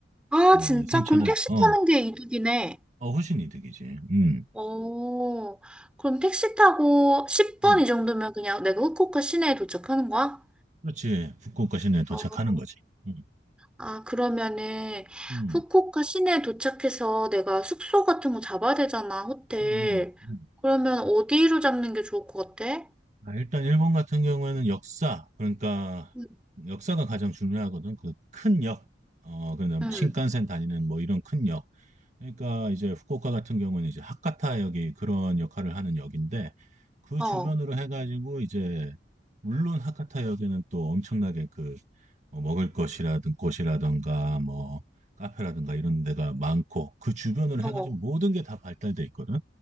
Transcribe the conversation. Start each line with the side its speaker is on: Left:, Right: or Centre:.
Centre: 아,
Right: 뭐,
Centre: 진짜?
Right: 3,000엔.
Centre: 그럼 어, 택시
Right: 어,
Centre: 타는 게 이득이네.
Right: 어, 훨씬 이득이지. 음,
Centre: 어, 그럼 택시 타고 10분
Right: 음.
Centre: 이 정도면 그냥 내가 후쿠오카 시내에 도착하는 거야?
Right: 그렇지. 북극과 시내에 도착하는
Centre: 어,
Right: 거지. 음,
Centre: 아, 그러면은
Right: 음,
Centre: 후쿠오카 시내에 도착해서 내가 숙소 같은 거 잡아야 되잖아, 호텔.
Right: 음, 음. 음.
Centre: 그러면 어디로 잡는 게 좋을 것 같아?
Right: 아, 일단 일본 같은 경우에는 역사, 그러니까
Centre: 응,
Right: 역사가 가장 중요하거든. 그 큰 역, 어, 그냥
Centre: 응,
Right: 신칸센 다니는 뭐 이런 큰 역. 그러니까 이제 후쿠오카 같은 경우는 이제 하카타 역이 그런 역할을 하는 역인데 그
Centre: 어,
Right: 주변으로 해가지고 이제 물론 하카타 역에는 또 엄청나게 그뭐 먹을 것이라든 곳이라든가 뭐 카페라든가 이런 데가 많고 그 주변으로
Centre: 어.
Right: 해가지고 모든 게 다 발달돼 있거든.